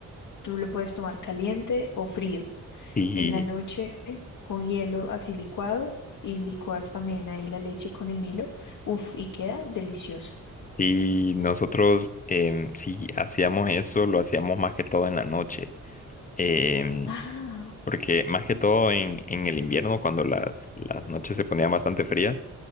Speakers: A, on the left; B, on the left.
A: tú lo puedes tomar caliente o frío.
B: Sí,
A: En la noche, con hielo así licuado, y licuas también ahí la leche con el Milo. Uf, y queda delicioso.
B: sí, nosotros em, sí hacíamos eso, lo hacíamos más que todo en la noche. Em,
A: Ah,
B: porque más que todo en, en el invierno, cuando las, las noches se ponían bastante frías,